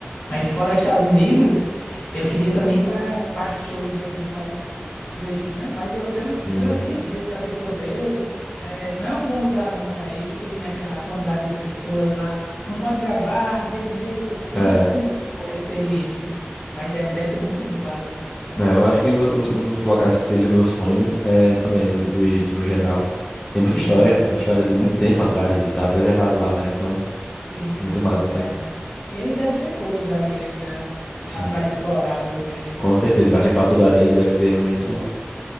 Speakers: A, on the left; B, on the left.
A: Mas fora Estados Unidos, eu queria também ir para as torres do Egito, mas do Egito, né? Mas eu- pelos,
B: Sim.
A: pelas reviews que a pessoa vê, é, não é um bom lugar não para ir, porque tem aquela quantidade de pessoas lá, não pode gravar, me dê dinheiro, aí
B: É.
A: complica um pouco a experiência. Mas é, deve ser muito lindo lá, velho.
B: né, eu
A: Ver
B: acho
A: aquela.
B: que o- o- um dos locais que seja meu sonho é também o o Egito no geral. Tem muita
A: Uhum.
B: história, muita história de muito tempo atrás e tá preservado lá, né? Então,
A: Sim,
B: muito
A: sim,
B: massa.
A: é. E aí deve ter coisas ali ainda
B: Sim,
A: ah, para explorar, ao meu ver, né?
B: com certeza.
A: Que,
B: Embaixo daquela toda areia deve ter realmente
A: oh,